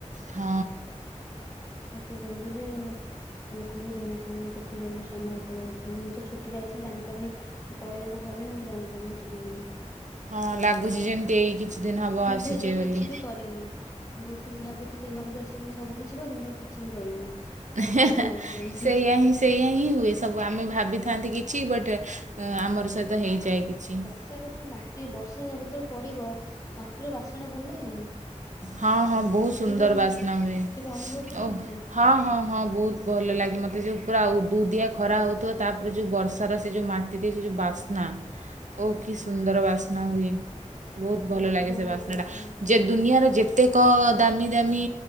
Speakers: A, on the right; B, on the left.
A: ହଁ।
B: ଏତେ ଜଲଦି ଯେ ବିଲକୁଲ୍ ଜଣାପଡୁନି କେତେ ଜଲଦି ସମୟ ପଳଉଚି ମୁଁ ତ ଛୁଟିରେ ଆଇଥିଲି ଜାଣିପାରିନି କି ପଳେଇଆକୁ ଭାରିଲିଣି ମୁଁ ଜାଣି ପାରୁନି ଯିବି ବୋଲି।
A: ହଁ ଲାଗୁଛି ଯେମିତି ଏଇ କିଛି ଦିନ ହେବ
B: ମୁଁ
A: ଆସିଛେ
B: ତ ଏଇଯାଏ କିଛି
A: ବୋଲି
B: ବି କରିନି। ବହୁତ କିଛି ଭାବିଥିଲି ଘରୁକୁ ଆସିକି ସବୁ କିଛି କରିମି ଦେଖ କିଛି ବି କରିନି। ବାହାରିବାକୁ
A: ହେଁ ହେଁ
B: ବସିଲିଣି
A: ସେଇଆ ହିଁ ସେଇଆ ହିଁ ହୁଏ ସବୁ ଆମେ ଭାବିଥାନ୍ତି କିଛି ବଟ୍ ଆମର ସହିତ ହେଇଯାଏ କିଛି।
B: ବର୍ଷାର ଯୋଉ ମାଟି ବର୍ଷା ଯେବେତଳେ ପଡିବ ମାଟିର ବାସ୍ନା ଟା ଭଲ ଲାଗେନି?
A: ହଁ ହଁ ବହୁତ ସୁନ୍ଦର
B: କେବେ
A: ବାସ୍ନା ହୁଏ
B: କେବେ ଅନୁଭବ କରିଛନ୍ତି?
A: ଓଃ ହଁ ହଁ ହଁ ବହୁତ ଭଲ ଲାଗେ ମୋତେ ଯୋଉ ପୁରା ଉଦୁ ଉଦିଆ ଖରା ହଉଥିବ ତାପରେ ଯୋଉ ବର୍ଷାର ସେ ଯୋଉ ମାଟିରେ ସେ ଯୋଉ ବାସ୍ନା ଓଃ କି ସୁନ୍ଦର ବାସ୍ନା ହୁଏ ବହୁତ ଭଲ
B: ମତେ
A: ଲାଗେ
B: ତ ବହୁତ
A: ସେ ବାସ୍ନା
B: ପସନ୍ଦ
A: ଟା। ଯେ ଦୁନିଆର ଯେତେକ ଦାମୀ ଦାମୀ